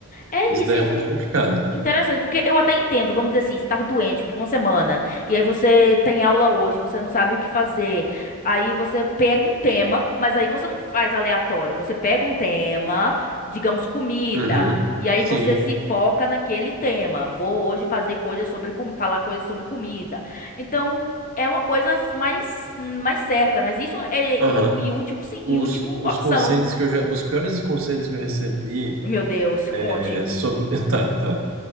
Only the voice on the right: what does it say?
Isso
daí é muito complicado.
Uhum.
Sim.
Aham.
Os,
os
conselhos que eu já, os piores conselhos que eu recebi
é sobre, <laughs> tá, tá.